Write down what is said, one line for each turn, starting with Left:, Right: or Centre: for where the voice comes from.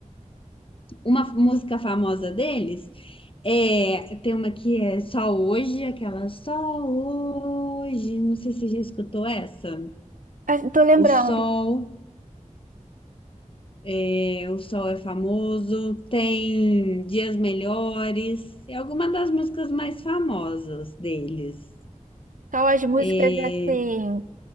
Left: Uma música famosa deles é, tem uma que é Só Hoje, aquela Só Hoje, não sei se você já escutou essa.
Right: Ah, Tô lembrando.
Left: O Sol, é, o Sol é famoso, tem Dias Melhores, é alguma das músicas mais famosas deles.
Right: Só as músicas
Left: É,
Right: assim,